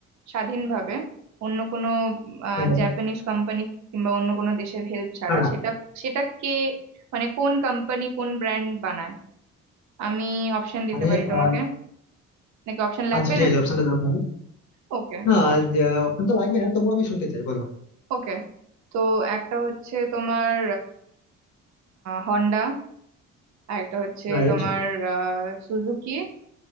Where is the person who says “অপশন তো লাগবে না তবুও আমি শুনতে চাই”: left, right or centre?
Left